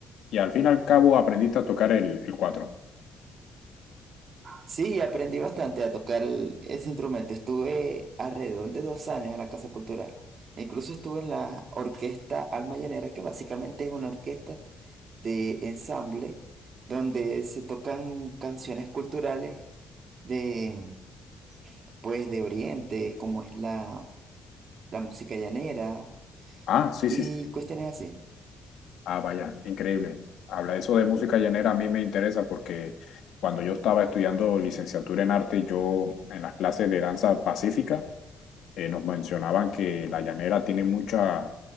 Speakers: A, on the left (about 75°); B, on the right (about 50°).
A: y al fin y al cabo aprendiste a tocar el, el cuatro.
B: Sí, aprendí bastante a tocar el- ese instrumento. Estuve alrededor de dos años en la Casa Cultural. Incluso estuve en la orquesta Alma Llanera, que básicamente es una orquesta de ensamble donde se tocan canciones culturales de, pues, de Oriente, como es la, la música llanera
A: Ah, sí,
B: y
A: sí, sí.
B: cuestiones así.
A: Ah, vaya, increíble. Habla eso de música llanera, a mí me interesa porque cuando yo estaba estudiando licenciatura en arte, yo en las clases de danza pacífica eh, nos mencionaban que la llanera tiene mucha,